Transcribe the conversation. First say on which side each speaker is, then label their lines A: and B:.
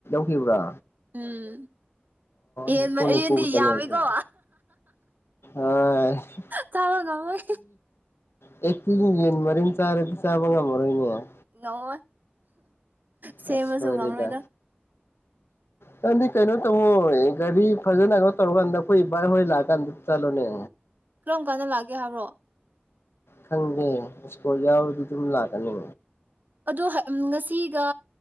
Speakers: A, on the left; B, on the right.
A: ꯄꯤꯕ꯭ꯔꯥ
B: ꯎꯝ ꯌꯦꯟ
A: ꯅꯤꯐꯨ ꯅꯤꯐꯨ
B: ꯌꯦꯟꯗꯤ
A: ꯈꯛꯇꯅꯦ
B: ꯌꯥꯝꯃꯤꯀꯣ
A: ꯑꯗꯨ ꯑꯩꯠꯇꯤ
B: ꯆꯥꯕ ꯉꯝꯃꯣꯏ
A: ꯑꯩꯠꯇꯤ ꯌꯦꯟ ꯃꯔꯤꯟ ꯆꯥꯔꯗꯤ ꯆꯥꯕ ꯉꯝꯃꯔꯣꯏꯅꯦ
B: ꯉꯝꯃꯣꯏ ꯁꯦꯝꯃꯁꯨꯨ
A: ꯑꯁ ꯁꯣꯏꯔꯦꯗ
B: ꯉꯝꯃꯣꯏꯗ
A: ꯅꯪꯗꯤ ꯀꯩꯅꯣ ꯇꯧꯃꯣ ꯒꯥꯔꯤ ꯐꯖꯟꯅ ꯀꯩꯅꯣ ꯇꯧꯔꯀꯥꯟꯗ ꯑꯩꯈꯣꯏ ꯕꯥꯏ ꯍꯣꯏ ꯂꯥꯛꯑꯀꯥꯟꯗ ꯆꯠꯂꯣꯅꯦ
B: ꯀꯔꯝ ꯀꯥꯟꯗ ꯂꯥꯛꯒꯦ ꯍꯥꯏꯕ꯭ꯔꯣ
A: ꯈꯪꯗꯦ ꯏꯁꯀꯣꯔꯠ ꯌꯥꯎꯔꯗꯤ ꯑꯗꯨꯝ ꯂꯥꯛꯀꯅꯤ
B: ꯑꯣ ꯉꯁꯤꯒ